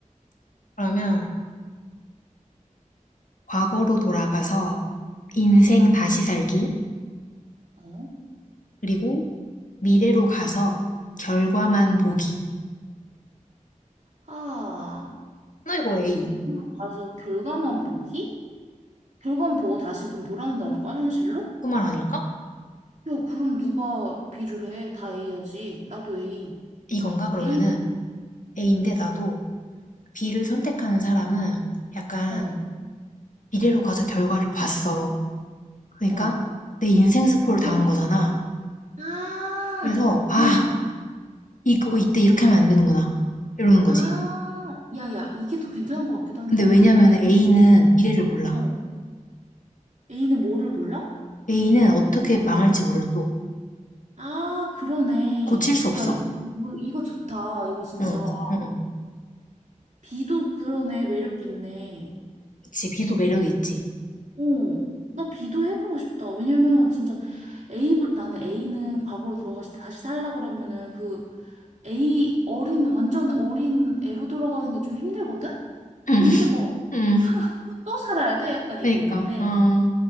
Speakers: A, on the left; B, on the right.
A: 그러면 과거로 돌아가서 인생 다시 살기,
B: 어?
A: 그리고 미래로 가서 결과만 보기.
B: 아,
A: 나 이거 A.
B: 미국 가서 결과만 보기? 결과만 보고 다시 그럼 돌아온다는 거야, 현실로?
A: 그 말 아닐까?
B: 야, 그럼 누가 B를 해? 다 A야지. 나도 A.
A: 이건가? 그러면은
B: A,
A: A인데
B: 응.
A: 나도 B를 선택하는 사람은 약간
B: 어,
A: 미래로 가서 결과를 봤어. 그러니까
B: 어.
A: 내 인생 스포를
B: 이제부터.
A: 당한 거잖아.
B: 아,
A: 그래서, 아,
B: 그런 것 같다.
A: 이거 이때 이렇게 하면 안 되는구나 이러는 거지.
B: 아, 야야, 이게 더 괜찮은 것 같기도 한데?
A: 근데 왜냐면 A는 미래를 몰라.
B: 어, A는 뭐를 몰라?
A: A는 어떻게 망할지 몰라 또
B: 아, 그러네.
A: 고칠 수 없어.
B: 야, 이- 이거, 이거 좋다. 이거 진짜.
A: 응, 응.
B: B도 그러네. 매력 있네.
A: 그치 B도 매력이 있지.
B: 어, 나 B도 해보고 싶다. 왜냐면 진짜 A, 나는 A는 과거로 돌아가서 다시 살라 그러면은 그 A 어린, 완전 어린 애로 돌아가는 게 좀 힘들거든? 너무
A: 응, <laughs>
B: 힘들 것 같고.
A: 응.
B: 또 살아야 돼? 약간 이게
A: 그러니까
B: 있는데.
A: 어,